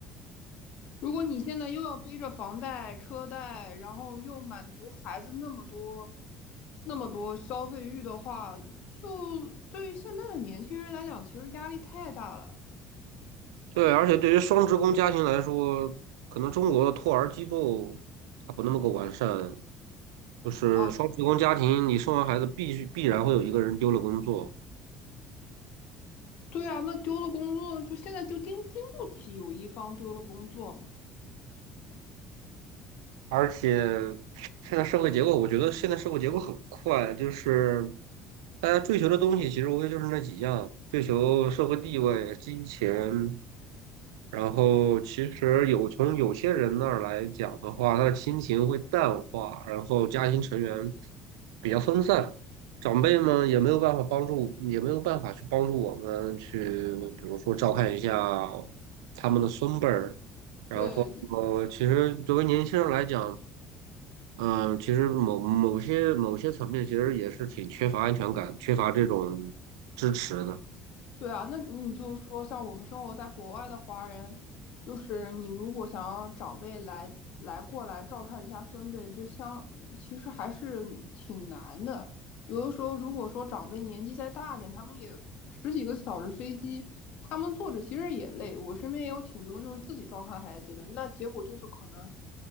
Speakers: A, on the left (about 65°); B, on the right (about 85°).
A: 如果你现在又要背着房贷、车贷，然后又满足孩子那么多、那么多消费欲的话，就对于现在的年轻人来讲，其实压力太大了。
B: 对，而且对于双职工家庭来说，可能中国的托儿机构它不那么够完善，就是双职工家庭，
A: 哦，
B: 你生完孩子必须必然会有一个人丢了工作，
A: 对啊，那丢了工作，就现在就盯盯不起有一方丢了工作嘛。
B: 而且现在社会结构，我觉得现在社会结构很快，就是大家追求的东西其实无非就是那几样，追求社会地位、金钱。然后其实有从有些人那儿来讲的话，他的亲情会淡化，然后家庭成员比较分散，长辈们也没有办法帮助，也没有办法去帮助我们去，比如说照看一下他们的孙辈儿。然后，
A: 对，
B: 呃，其实作为年轻人来讲，嗯，其实某某些某些层面，其实也是挺缺乏安全感，缺乏这种支持的。
A: 对啊，那你就是说，像我们生活在国外的华人，就是你如果想要长辈来来过来照看一下孙辈这相其实还是挺难的。有的时候，如果说长辈年纪再大点，他们也十几个小时飞机，他们坐着其实也累。我身边也有挺多就是自己照看孩子的，那结果就是可能